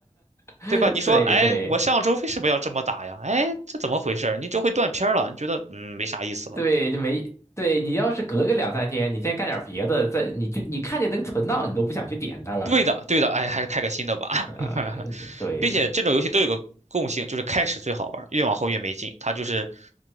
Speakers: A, on the left (about 20°); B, on the right (about 60°).
A: <laughs>
B: 对吧？你说，
A: 对对对
B: 哎，我上周为什么要这么打呀？哎，这怎么回事儿？你就会断片儿了，你觉得嗯没啥意思了。
A: 对，就没对你要是隔个两三天，你先干点别的，再你就你看见能存到，你都不想去点它了。
B: 对的，对的，哎，还是开个新的吧。
A: 呃，
B: <laughs>
A: 对，
B: 并且这种游戏都有个共性，就是开始最好玩越往后越没劲。它就是，